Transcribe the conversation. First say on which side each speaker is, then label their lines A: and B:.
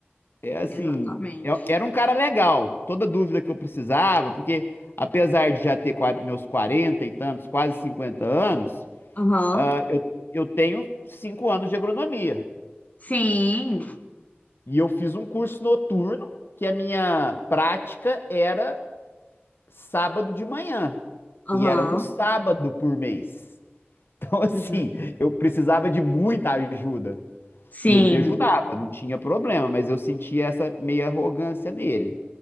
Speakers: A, on the left (about 65°); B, on the left (about 40°).
A: é assim,
B: Exatamente.
A: é- era um cara legal. Toda dúvida que eu precisava, porque apesar de já ter quar- meus 40 e tantos, quase 50 anos,
B: Aham.
A: ah, eu, eu tenho 5 anos de agronomia.
B: Sim.
A: E eu fiz um curso noturno, que a minha prática era sábado de manhã.
B: Aham.
A: E era um sábado por mês. <laughs> Então, assim,
B: Uhum.
A: eu precisava de muita ajuda.
B: Sim.
A: E ele me ajudava, não tinha problema, mas eu sentia essa meia arrogância nele.